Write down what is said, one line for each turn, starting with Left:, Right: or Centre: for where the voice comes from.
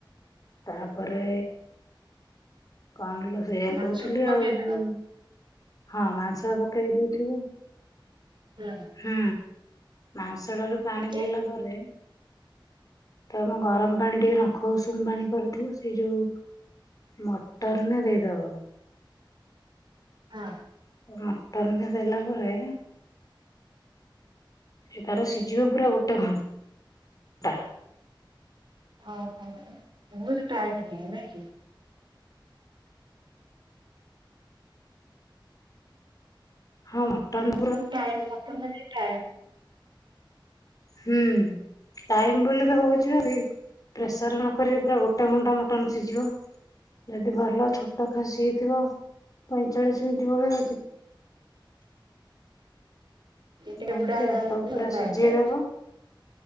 Left: ତାହା ପରେ କଣଲୋ? ସେଇୟଆ
Right: ମାଂସକୁ
Left: କହୁଥିଲି
Right: ପକେଇଦବା
Left: ଆଉ ହଁ ମାଂସ ପକେଇ ଦେଇଥିବୁ।
Right: ହଁ।
Left: ହୁଁ ମାଂସଟା ରୁ ପାଣି
Right: ପକେଇ
Left: ମରିଲା ପରେ ତମ ଗରମ ପାଣି ଟିକେ ନଖ ଉସୁୁମୁ ବାଣି କରିିଥିବ ସେ ଯୋଉ ମଟରନ ଦେଇଦବ
Right: ହଁ
Left: ମଟନରେ ଦେଲା ପରେ ସେ ତାର ସିଜିବ ପୁରା ଗୋଟେ ଘନ୍ ଟା
Right: ହଁ ହଁ ହଁ ବୋହୁତ ଟାଇମ ନିଏ ନାକି?
Left: ହଁ ମଟନ୍
Right: ଉଁ ଟାଇମ ମଟନଟା ଟିକେ ଟାଇମ
Left: ହୁଁ। ଟାଇମ ବୋଲି ପା ହୋଉଚି <unintelligible> ପ୍ରେସରେ ନକରିବେ ପୁରା ଗୋଟେ ଘଣ୍ଟା ମଟନ ସିଝିବ। ଯଦି ଭଲ ଛୋଟ ଖାସି ହେଇଥିବ ପଇଁଚାଳିଶ ମିନିଟ୍ ଭଳିଆ ଯି
Right: ଯଦି ବି
Left: ଏମିତି
Right: ବୁଢା ହଡା
Left: ଆଉ
Right: ହେଇଥିବ
Left: ତାକୁ ପୁରା
Right: ଟାଇମ
Left: ସିଝେଇଦବ
Right: ଲାଗେ।